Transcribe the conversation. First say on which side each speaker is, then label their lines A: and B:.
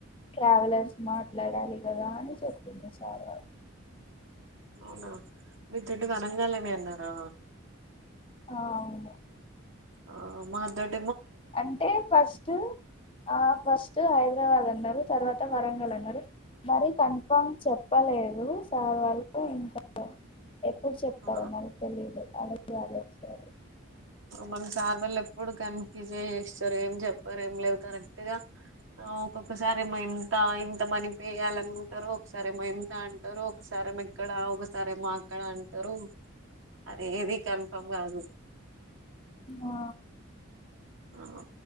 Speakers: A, on the left; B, on the right.
A: ట్రావెలర్స్ మాట్లాడాలి కదా అని చెప్పింది సార్ వాళ్
B: అవునా మీతోటి వనంగళ్ అనే అన్నారా
A: అ అవును
B: ఆ మా దొడ్
A: అంటే ఫస్ట్ ఆ ఫస్ట్ ఐ హైదరాబాద్ అన్నారు తర్వాత వరంగల్ అన్నారు మరి కన్ఫామ్ చెప్పలేదు సార్ వాళ్ళు ఇంకా ఎప్ ఎప్పుడు చెప్తారో
B: ఆ
A: మరి తెలీదు అడగ్ సరే సరే
B: మన సార్ వాళ్ళు ఎప్పుడు కన్ఫ్యూజ్ చేస్తారు ఏం చెప్పారు ఏం లేదు కరెక్ట్ గా ఒక్కొక్కసారి మా ఇంత ఇంత మనీ పేయ్యాలనింటారు ఒకసారి మా ఇంత అంటారు ఒకసారిో ఇక్కడ ఒకసారి ఏ మాఅక్కడ అంటారు అదే ఏది కన్ఫర్మ్ కాదు
A: ఆ
B: ఆ